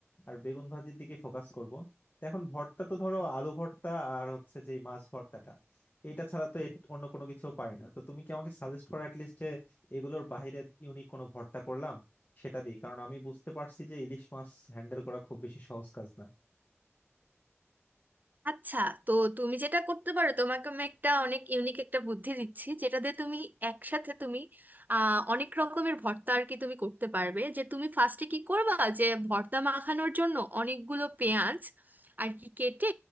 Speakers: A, on the left; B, on the right.
A: আর বেগুন ভাজির দিকে ফোকাস করব তো এখন ভর্তা তো ধরো আলু ভর্তা আর হচ্ছে যে এই মাছ ভর্তাটা এটা ছাড়া তো এর অন্য কোনো কিছু পারি না তো তুমি কি আমাকে সাজেস্ট করো অ্যাটলিস্ট যে এগুলোর বাইরে ইউনিক কোনো ভর্তা করলাম সেটা দিয়ে কারণ আমি বুঝতে পারছি যে ইলিশ মাছ হ্যান্ডেল করা খুব বেশি সহজ কাজ না
B: আচ্ছা তো তুমি যেটা করতে পারো তোমাকে আমি একটা অনেক ইউনিক একটা বুদ্ধি দিচ্ছি যেটা দিয়ে তুমি একসাথে তুমি আহ, অনেক রকমের ভর্তা আর কি তুমি করতে পারবে যে তুমি ফার্স্টে কি করবা যে ভর্তা মাখানোর জন্য অনেকগুলো পেঁয়াজ আর কি কেটে